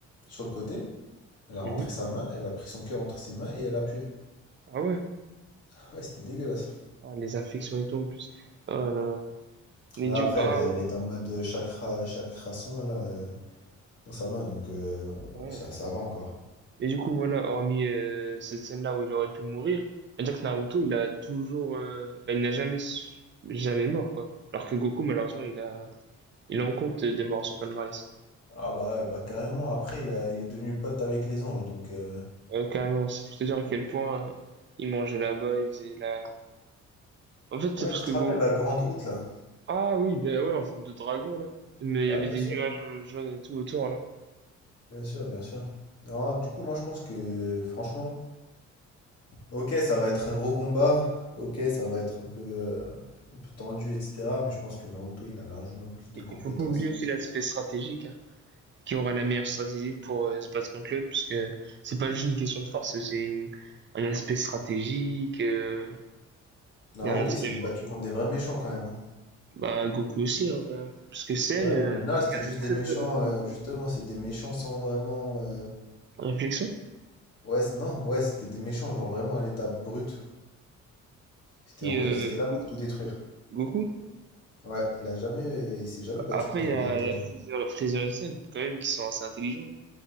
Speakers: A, on the left; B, on the right.
A: sur le côté. Elle a
B: elle-
A: rentré
B: Mhm.
A: sa main, elle a pris son cœur entre ses mains et elle a appuyé.
B: Ah ouais?
A: <laughs> Ouais, c'était dégueulasse.
B: Ah, les infections et tout en plus. Oh là là. Mais
A: Mais
B: du,
A: après,
B: ah
A: elle, elle
B: ouais.
A: était en mode euh, chakra, chakra son, elle, euh, dans sa main, donc euh, on-
B: bah, ouais.
A: ça, ça va encore.
B: Mais du coup, voilà, hormis euh, cette scène-là où il aurait pu mourir, c'est-à-dire que Naruto, il a toujours, euh, enfin, il n'a jamais, su- jamais mort quoi. Alors que Goku, malheureusement, il a, il en compte euh, des morts à son palmarès.
A: Ah bah ouais, bah carrément, après, il a- il est devenu pote avec les anges, donc... euh,
B: Euh, carrément, c'est pour te dire à quel point euh, ils mangeaient là-bas, ils faisaient la... En fait,
A: Ouais,
B: c'est parce
A: tu
B: que
A: te
B: Goku...
A: rappelles la grande route, là?
B: Ah oui, ben ouais, en forme de dragon, là. Mais
A: Bah
B: il y avait
A: bien
B: des
A: sûr,
B: nuages euh, jaunes et tout autour, là.
A: bien sûr, bien sûr. Non, du coup, moi, je pense que, franchement... Ok, ça va être un gros combat. Ok, ça va être un peu, euh, un peu, un peu tendu, etc. Mais je pense que Naruto, il a largement plus de
B: Et
A: compétences.
B: Il faut pas oublier aussi l'aspect stratégique, hein, qui aura la meilleure stratégie pour euh, se battre contre l'autre, parce que c'est pas juste une question de force, c'est une- un aspect stratégique, euh,
A: Naruto,
B: il y a un aspect...
A: il s'est battu contre des vrais méchants quand même. hein.
B: Bah, Goku aussi, en vrai. hein. Parce que Cell,
A: Ouais,
B: euh,
A: mais en général,
B: quelqu'un
A: c'était juste
B: de très
A: des méchants.
B: très intelligent.
A: euh, justement, c'est des méchants sans vraiment. euh,
B: Réflexion.
A: Ouais, c'est- non, ouais, c'était des méchants, genre vraiment à l'état brut. C'était
B: Qui,
A: en mode,
B: euh,
A: il était là
B: Goku,
A: pour tout détruire.
B: Goku,
A: Ouais, il a jamais, il s'est jamais battu
B: Après,
A: contre
B: il
A: quelqu'un
B: y a,
A: d'intelligent.
B: il y euh, a Fraser, Fraser et Cell, quand même, qui sont assez intelligents.